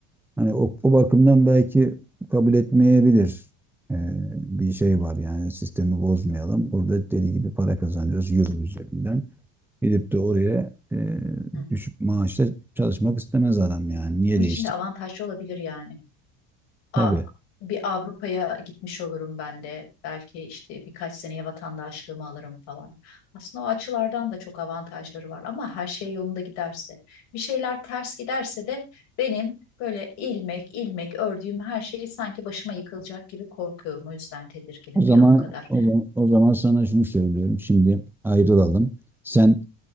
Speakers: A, in the centre; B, on the left.
A: Hani o, o bakımdan belki kabul etmeyebilir. Ee, bir şey var yani sistemi bozmayalım. Burada deli gibi para kazanıyoruz euro üzerinden. Gidip de oraya e,
B: Hı.
A: düşük maaşla çalışmak istemez adam yani. Niye
B: Benim
A: değişti?
B: için de avantajlı olabilir yani. A-
A: Tabii.
B: bir Avrupa'ya gitmiş olurum ben de. Belki işte birkaç seneye vatandaşlığımı alırım falan. Aslında o açılardan da çok avantajları var ama her şey yolunda giderse. Bir şeyler ters giderse de benim böyle ilmek ilmek ördüğüm her şey sanki başıma yıkılacak gibi korkuyorum. O yüzden tedirginim
A: O zaman
B: ya bu kadar.
A: o, zaman- o zaman sana şunu söylüyorum. Şimdi ayrılalım. Sen